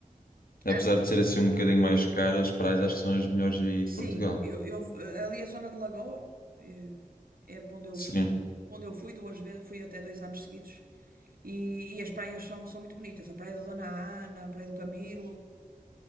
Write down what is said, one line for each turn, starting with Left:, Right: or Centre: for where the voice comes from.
Left: Apesar
Right: Ah,
Left: de ser assim um bocadinho mais caro, as praias acho que são as melhores aí
Right: sim,
Left: de Portugal.
Right: eu, eu, ah, ali a zona de Lagoa eh, é para onde eu
Left: Sim.
Right: costumo, para onde eu fui duas vezes, fui até dois anos seguidos. E, e as praias são, são muito bonitas. A Praia da Dona Ana, a Praia do Camilo,